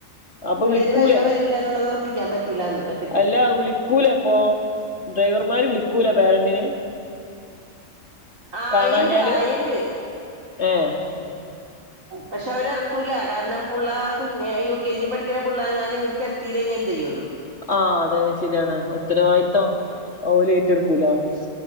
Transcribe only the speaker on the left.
അപ്പൊ
വിളിക്കൂലേ
അല്ല വിളിക്കൂലപ്പോ? ഡ്രൈവർമാര് വിളിക്കൂല പേരന്റിന്?
കാണാഞ്ഞാല്
ഏഹ്
ആഹ് അതന്നെ ശരിയാണ് ഉത്തരവാദിത്തം ഓലെറ്റ്ട്ക്കൂലാന്ന്.